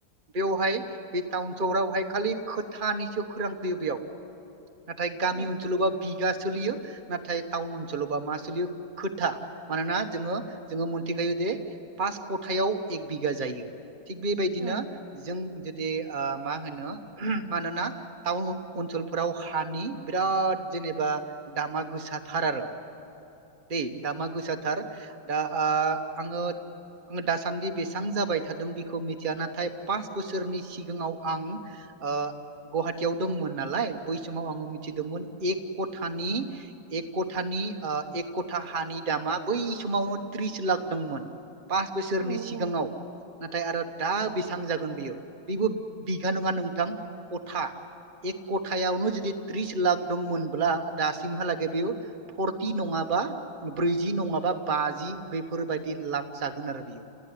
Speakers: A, on the right; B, on the right.
A: बेयावहाय बे टाउन सहरावहाय खालि खोथानिसो खौरां फैयो बेयाव नाथाय गामि
B: औ
A: ओनसोलावबा बिगा सोलियो नाथाय टाउन ओनसोलावबा मा सोलियो खोथा मानोना जोङो जोङो मोनथिखायो दि पास खथायाव एक बिगा जायो थिग बेबायदिनो
B: औ
A: जों जे आं मा होनो मानोना टाउन ओनसोलफोराव हानि बिराद जेनेबा दामा गोसा थार आरो दै दामा गोसा थार दा आं आङो आङो दासान्दि बेसेबां जाबाय थादों बिखौ मिथिया नाथाय पास बोसोरनि सिगाङाव आं ओ गुवाहाटीयाव दंमोन नालाय बै समाव आङो मिथिदोंमोन एक ख'थानि एक ख'थानि ओ एक क'था हानि दामा बै समावनो त्रिस लाख दंमोन पास बोसोरनि
B: औ
A: सिगाङाव नाथाय आरो दा बेसेबां जागोन यो बेबो बिगा नङा नोंथां खा एक ख'थायावनो जुदि त्रिस लाख दंमोनब्ला दासिमहालागै बेयाव फरटि नङाबा ब्रैजि नङाबा बा बाजि बेफोरबायदि लाख जागोन आरो बियो